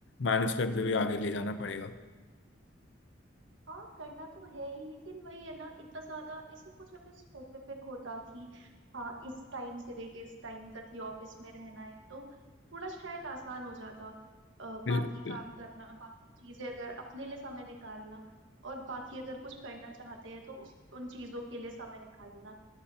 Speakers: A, on the left; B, on the right.
A: मैनेज करते हुए आगे ले जाना पड़ेगा
B: हाँ करना तो है ही लेकिन वही है ना इतना ज्यादा ऐसे कुछ अगर स्पेसिफिक होता कि हाँ इस टाइम से लेके इस टाइम तक ही ऑफिस में रहना है तो थोड़ा शायद आसान हो जाता अ,
A: बिल्कुल
B: बाकी काम करना बाकी चीजें अगर अपने लिए समय निकालना और बाकी अगर कुछ करना चाहते हैं तो उस उन चीजों के लिए समय निकालना